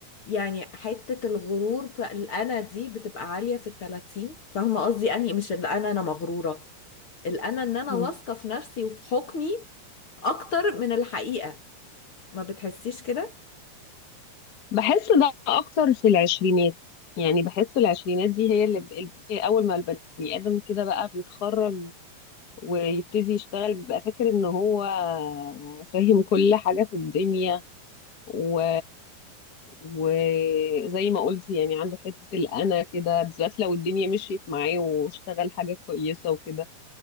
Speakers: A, on the left; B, on the left.
A: يعني حتة الغرور في الأنا دي بتبقى عالية في التلاتين فاهمة قصدي أني مش الأنا أنا مغرورة الأنا إن أنا
B: مم.
A: واثقة في نفسي وفي حكمي أكتر من الحقيقة ما بتحسيش كده؟
B: بحس ده اكتر في العشرينات يعني بحس العشرينات دي هي اللي ب... ال- اول ما البني ادم كده بقى بيتخرج ويبتدي يشتغل بيبقى فاكر ان هو فاهم كل حاجة في الدنيا و... وزي ما قلت يعني عنده حتة الأنا كده بالذات لو الدنيا مشيت معاه واشتغل حاجة كويسة وكده